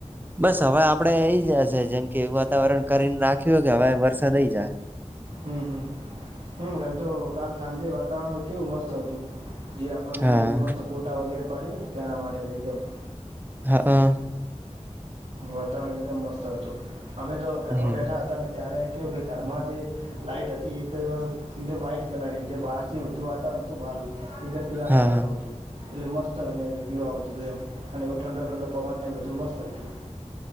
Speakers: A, on the right; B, on the right.
A: બસ હવે આપડે આઈ જાયશે જેમ કે એવું વાતાવરણ કરીને રાખ્યું હો કે હવે વરસાદ આઈ જા
B: હમ હમ હમ એમ તો કાલ સાંજે વાતાવરણ કેવું મસ્ત હતું જે આપણને
A: હા
B: એકદમ મસ્ત ફોટા વગેરે પાડીએ ને તેના માટે તો એકદમ
A: હા હઅઅ
B: વાતાવરણ એકદમ મસ્ત હતું અમે તો ઘરમાં
A: હમ
B: બેઠા હતા ને ત્યારે કેું કે ઘરમાં જે લાઈટ હતી એ તો એકદમ વ્હાઈટ કલર જે બહાર થી વધુ વાતાવણ નતું બહારનુ એકદ પીળા
A: હા
B: કલર હતું એટલે મસ્ત અને વ્યુ આવતું હતું એમ અને એ ઠંડો ઠંડો પવન બધું મસ્ત હતું